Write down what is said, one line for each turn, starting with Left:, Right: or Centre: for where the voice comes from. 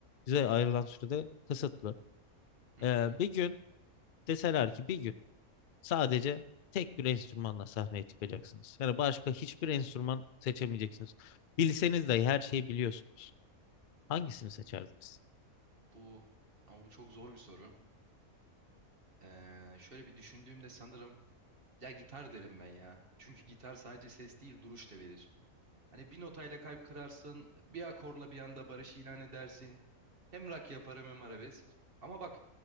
Left: bize ayrılan sürede kısıtlı.
Right: Hı
Left: Ee,
Right: hı.
Left: bir gün deseler ki bir gün sadece tek bir enstrümanla sahneye çıkacaksınız. Yani başka hiçbir enstrüman seçemeyeceksiniz. Bilseniz de her şeyi biliyorsunuz. Hangisini seçerdiniz?
Right: Bu ama bu çok zor bir soru. Eee, şöyle bir düşündüğümde sanırım ya gitar derim ben ya. Çünkü gitar sadece ses değil duruş da verir. Hani bir notayla kalp kırarsın, bir akorla bir anda barış ilan edersin. Hem rock yaparım hem arabesk. Ama bak